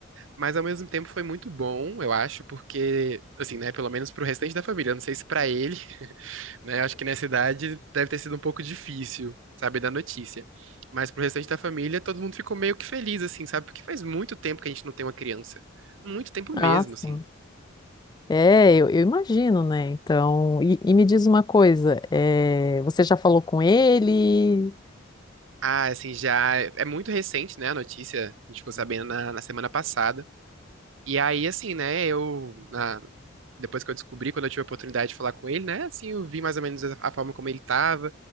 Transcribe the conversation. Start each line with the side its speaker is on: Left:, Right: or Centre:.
Right: Mas, ao mesmo tempo, foi muito bom, eu acho, porque, assim, né? Pelo menos pro restante da família. Eu Não sei se para ele né? Eu Acho que nessa idade deve ter sido um pouco difícil saber da notícia. Mas pro restante da família, todo mundo ficou meio que feliz, assim, sabe? Porque faz muito tempo que a gente não tem uma criança. Muito tempo
Left: Ah,
Right: mesmo,
Left: sim.
Right: assim.
Left: É, eu, eu imagino, né? Então, e, e me diz uma coisa, é, você já falou com ele?
Right: Ah, assim, já. É é muito recente, né, a notícia. A gente ficou sabendo na, na semana passada. E aí, assim, né, eu. na- Depois que eu descobri, quando eu tive a oportunidade de falar com ele, né, assim, eu vi mais ou menos a a forma como ele tava.